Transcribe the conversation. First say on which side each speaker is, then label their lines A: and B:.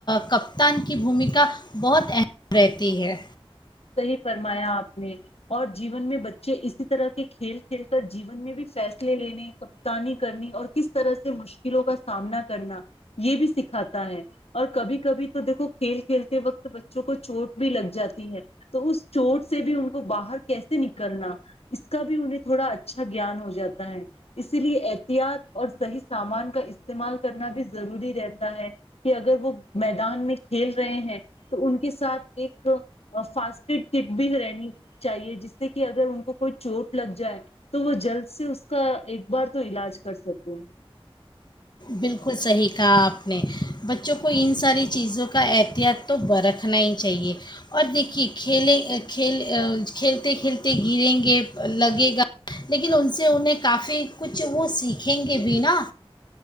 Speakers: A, on the left (about 45°); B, on the left (about 85°).
A: کپتان کی بھومیکا بہت اہم رہتی ہے
B: صحیح فرمایا آپ نے اور جیون میں بچ ج اسی طرح کھیل کھیل کر جیون میں بھی فیصلہ لینے کپتانی کرنی اور کس طرح سے مشکلوں کا سامنا کرنا یہ بھی سکھاتا ہے اور کبھی کبھی تو دیکھو کھیل کھیلتے وقت بچوں کو چوٹ بھی لگ جاتی ہے تو اس چوٹ سے بھی ان کو باہر کیسے نکلنا اس کا بھی انہیں تھوڑا اچھا گیان ہو جاتا ہے اسی لیے احتیاط اور صحیح سامان کا استعمال کرنا بھی ضروری رہتا ہے کہ اگر وہ میدان میں کھیل رہے ہیں تو ان کے ساتھ ایک فاسٹ فڈ کٹ بھی رہنی چاہیے جس سے کہ اگر ان کو کوئی چوٹ لگ جائے تو وہ جلد سے اس کا ایک بار تو علاج کر سکے ہیں
A: بالکل صحیح کہا آپ نے بچوں کو ان ساری چیزوں کا احتیاط تو ب رکھنا ہی چاہیے اور دیکھیے کھیلیں کھیل کھیلتے کھیلتے گریں گے لگے گا لیکن ان سے انہیں کافی کچھ وہ سیکھیں گے بھینا